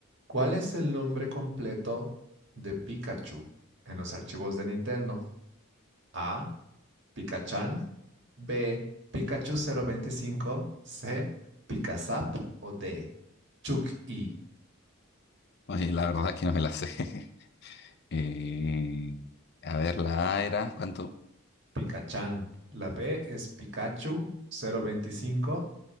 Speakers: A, on the right; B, on the left.
A: ¿Cuál es el nombre completo de Pikachu en los archivos de Nintendo? A. Pikachan. B. Pikachu cero veinticinco, C. Pikazap. O D. Chuck-E.
B: Oye, la verdad es que no me la sé. <laughs> Eh, a ver, la A era, ¿cuánto?
A: Pikachan. La B es Pikachu cero veinticinco,